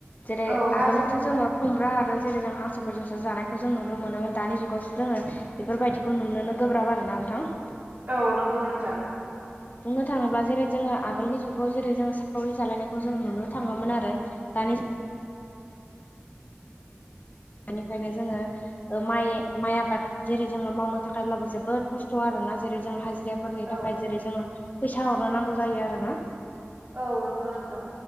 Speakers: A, on the left; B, on the right.
A: जेरै
B: औ हाल
A: आगोलथ'
B: जां
A: जोङो खुमब्रा आरो जेरै जों हांसोफोरजोंसो जानायखौ जों नुनो मोनोमोन दानि जुगावसो जोङो बेफोरबायदिखौ नुनोनो गोब्राब आरोना नोंथां
B: औ नंगौ नोंथां
A: बुंनो थाङोब्ला जेरै जोङो आगोलनि जुगाव जेरै जों सावरि जालायनायखौ जों नुनो थाङोमोन आरो दानि निफ्रायनो जोङो ओ माइ माइ आबाद जेरै जोङो मावनो थाखायब्लाबो जोबोद खस्थ' आरो ना जेरै जों हाजिराफोरनि
B: औ
A: थाखाय जेरै जोङो फैसा हरनो नांगौ जायो आरोना
B: औ नंगौ नोंथां